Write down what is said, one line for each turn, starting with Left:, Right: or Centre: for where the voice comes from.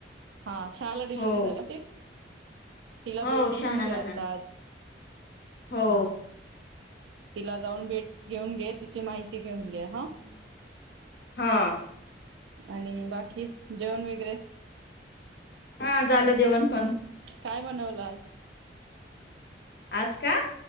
Right: हा शाला डिलव्हरी
Left: हो
Right: झाली ते तिला
Left: हो
Right: भेट देऊन
Left: शहाणाला
Right: घ्या
Left: झाली
Right: आता आज
Left: हो
Right: हा तिला जाऊन भेट घेऊन घेत तिची माहिती घेऊन घ्या ह
Left: हा
Right: आणि बाकी जेवण वगैरे
Left: हा झालं जेवण पण
Right: काय बनवलं आज
Left: आजका